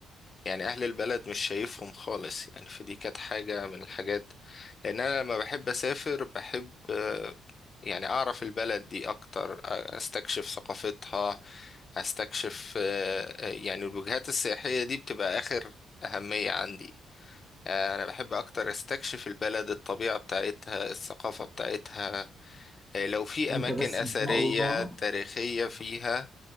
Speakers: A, on the left; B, in the centre.
A: يعني اهل البلد مش شايفهم خالص يعني فدي كانت حاجة من الحاجات لان انا لما بحب اسافر بحب آه، يعني اعرف البلد دي اكتر آه، استكشف ثقافتها استكشف آه، آه، يعني الوجهات السياحية دي بتبقى اخر اهمية عندي آه، انا بحب اكتر استكشف البلد الطبيعة بتاعتها الثقافة بتاعتها آه، لو في
B: أنت
A: اماكن
B: بس
A: اثرية
B: إن شاء الله
A: تاريخية فيها